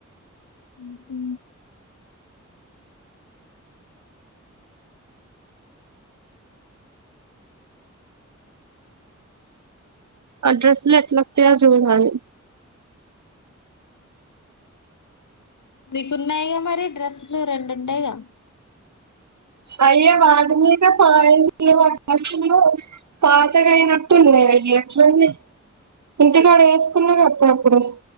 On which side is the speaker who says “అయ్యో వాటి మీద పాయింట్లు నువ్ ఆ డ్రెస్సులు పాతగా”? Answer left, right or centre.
Right